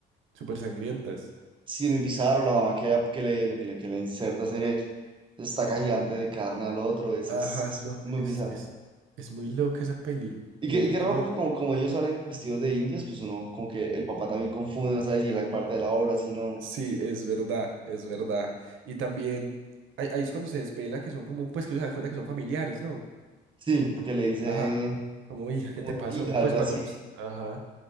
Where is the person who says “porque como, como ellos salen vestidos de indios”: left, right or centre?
Right